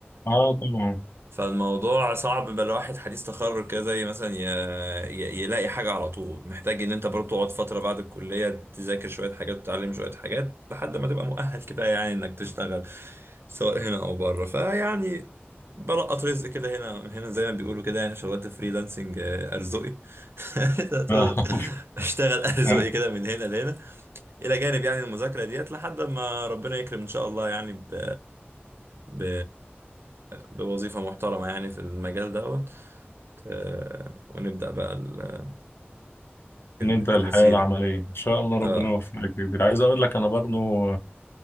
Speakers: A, on the left (about 65°); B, on the right (about 70°).
A: اه طبعا
B: فالموضوع صعب بقى الواحد حديث تخرج كده زي مثلا ي... ي... يلاقي حاجه على طول محتاج ان انت برضو تقعد فتره بعد الكليه تذاكر شويه حاجات وتتعلم شويه حاجات لحد ما تبقى مؤهل كفايه يعني انك تشتغل سواء هنا او بره فيعني بلقط رزق كده هنا هنا زي ما بيقولوا كده يعني شغلت فريلانسنج آه، ارزقي <laughs> تقول
A: اه <laughs>
B: اشتغل ارزقي
A: آه،
B: كده من هنا لهنا الى جانب يعني المذاكره ديت لحد ما ربنا يكرم ان شاء الله يعني ب... ب... بوظيفه محترمه يعني في المجال دوت آه، ونبدا بقى ال- ال-
A: نبدأ الحياة
B: المسيره
A: العملية إن شاء الله ربنا
B: اه
A: يوفقك يا كبير عايز أقول لك أنا برضو